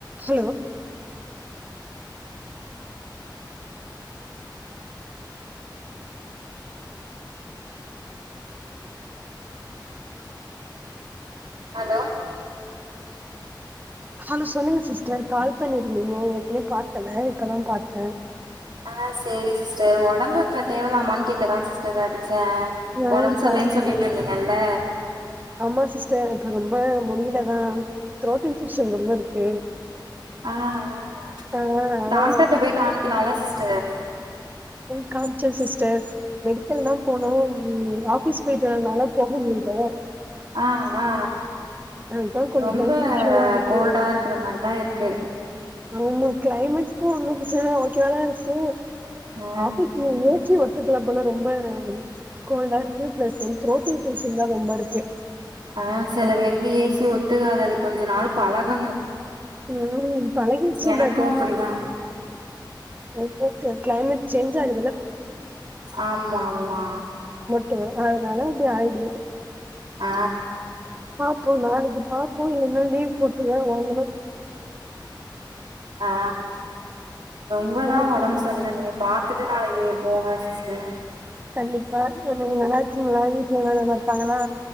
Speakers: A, on the right; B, on the right.
A: Hello
B: hello
A: hello சொல்லுங்க sister call பண்ணிருந்தீங்க ஏற்கனே பாக்கல இப்பதா பாத்தே
B: ஆ சேரி சிஸ்டர் உடம்பு இப் ப தேவலாமான் கேக்கதா சிஸ்டர் அடிச்சே
A: ஆ
B: உடம்பு சரில்லேன்னு
A: ப
B: சொல்லிட்டு இருந்தீங்கல்ல
A: ஆமா சிஸ்டர் இப்ப ரொம்ப முடியில தா த்ரோட் இன்பெக்க்ஷன் ரொம்ப இருக்கு
B: ஆ ஹ ஹ
A: ஆ அதா
B: டாக்டர்கிட்ட போய் காமிக்கலால சிஸ்டர்
A: போய் காமீச்ச சிஸ்டர் மெடிக்கல் தா போனோ ம் ஆபீஸ் போய்டதனால போக முடில
B: ஆ ஆ
A: அதுதா கொஞ்சோ
B: ரொம்ப
A: ஹெல்த் இஷ்யூவா இருக்கு
B: கோல்டா இருக்கிற மாரிதா இருக்கு
A: ஆமா கிளைமேட்டு ஒண்ணும் பிரச்சன இல்ல ஓகேவாதா இருக்கு
B: ஆ
A: ஆபீஸ்ல ஏசி ஒத்துக்கல போல ரொம்ப கோல்டா இருக்கு பிளஸ் வந் த்ரோட் இன்பெக்க்ஷன் தா ரொம்ப இருக்கு
B: அ சில பேருக்கு ஏசி ஒத்துகாது அது கொஞ்ச நாள் பழகணு
A: ம் பழகிச்சு
B: எனக்கு
A: பட்
B: அப்டிதா
A: <unintelligible> க்ளைமேட் செஞ்சா <unintelligible>
B: ஆமா ஆமா
A: டொ அதனால இப்டி ஆய்டுது
B: அ
A: பாப்போ நாளைக்கு பாப்போ இல்லனா லீவ் போட்டுதா வாங்கணு
B: அ ரொம்பதா
A: நீங்க
B: ஒடம்பு சர்ல்ல நீங்க பாத்துட்டு நாளக்கி போவே சிஸ்டர்
A: கண்டிப்பா நீங்க நல்லா இருக்கீங்ளா வீட்ல எல்லா நல்லா இருக்காங்களா